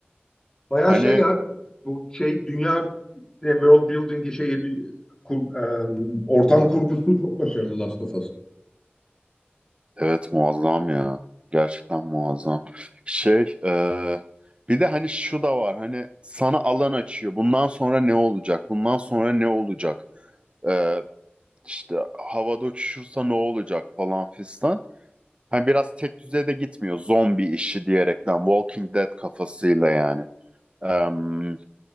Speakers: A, on the left; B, on the right.
A: Bayağı
B: Hani
A: şey ya bu şey dünya ne, world building'i şey e, kur- e, ortam kurgusu çok başarılı Last of Us'ın.
B: Evet muazzam ya. Gerçekten muazzam. Şey, e, bir de hani şu da var. Hani sana alan açıyor. Bundan sonra ne olacak? Bundan sonra ne olacak? E, işte havada uçuşursa ne olacak falan fistan. Hani biraz tek düzeye de gitmiyor. Zombi işi diyerekten. Walking Dead kafasıyla yani. Em,